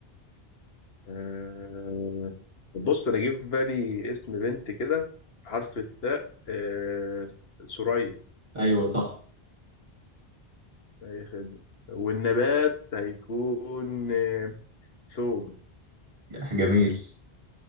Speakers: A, on the left; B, on the right.
A: آه، بص أنا جه في بالي اسم بنت كده حرف الثاء آه، ثريا
B: ايوه صح
A: أي خدمة والنبات هيكون آه، ثوم
B: جميل